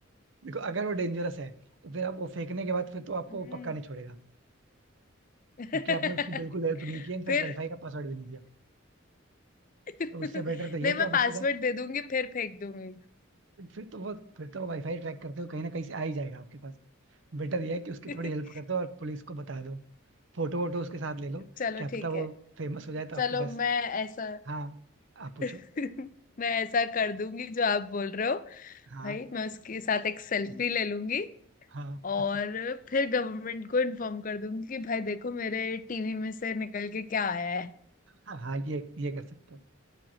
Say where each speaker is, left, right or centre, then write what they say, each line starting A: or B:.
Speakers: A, on the right (about 60°); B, on the left (about 40°).
A: देखो अगर वो डेंजरस है तो फिर आप वो फेंकने के बाद फिर तो आपको
B: हम्म
A: वो पक्का नहीं छोड़ेगा
B: <laughs>
A: क्योंकि आपने उसकी बिल्कुल हेल्प नहीं की इनफैक्ट
B: फिर
A: वाईफाई का पासवर्ड भी नहीं दिया
B: <laughs>
A: तो उससे बेटर
B: नहीं
A: तो ये है कि
B: मैं
A: आप उसके
B: पासवर्ड
A: साथ
B: दे दूंगी फिर फेंक दूंगी
A: फिर तो वो फिर तो वो वाईफाई ट्रैक करते हो कहीं ना कहीं से आ ही जाएगा आपके पास बेटर ये है कि उसकी थोड़ी
B: <laughs>
A: हेल्प कर दो और पुलिस को बता दो फोटो वोटो उसके साथ ले लो
B: चलो
A: क्या
B: ठीक
A: पता वो
B: है
A: फेमस हो जाए तो
B: चलो
A: आपके पास
B: मैं ऐसा
A: हाँ आप पूछो
B: <laughs> मैं ऐसा कर दूंगी जो आप बोल रहे हो
A: हाँ
B: भाई मैं उसके साथ एक सेल्फी ले लूंगी
A: हाँ
B: और फिर गवर्नमेंट को इन्फॉर्म कर दूंगी कि भाई देखो मेरे टीवी में से निकल के क्या आया है
A: हाँ हाँ ये ये कर सकते हो